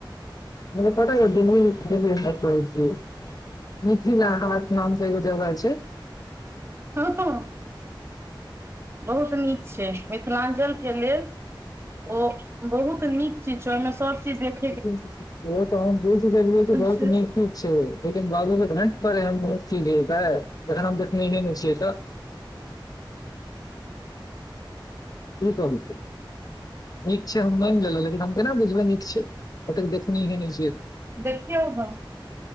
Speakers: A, on the left; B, on the right.
A: प डै <unintelligible> मिथिल हाट नाम के एगो जगह छै
B: हं हं बहुत नीक छै मिथिलांचल के लेल ओ बहुत नीक चीज छै ओहिमें सब चीज देख
A: तऽ हम बुझ गेलियै जे बहुत
B: छै
A: नीक चीज छै लेकिन बाबू नहि जखन हम देखने ही न छियै तऽ की कहू नीक छै हम मनि गेलहुँ लेकिन हम केना बुझबै नीक छै आइ तक देखने है न छिय तऽ
B: देखियौ हम